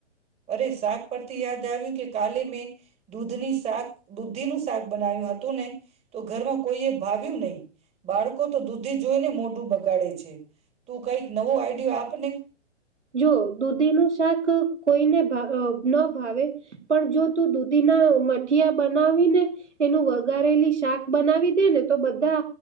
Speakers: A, on the right; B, on the right.
A: અરે શાક પરથી યાદ આવ્યું કે કાલે મેં દૂધની શાક દુધિનું શાક બનાવ્યું હતું ને તો ઘરમાં કોઈ એ ભાવ નહી બાળકો તો દૂધી જોઈને મોઢું બગાડે છે, તું કઈક નવો આઈડિયા આપને
B: જો દૂધીનું શાક કોઈને ન ભાવે પણ જો તું દૂધીના મઠીયા બનાવીને એનું વગારેલી શાક બનાવી દે ને તો બધા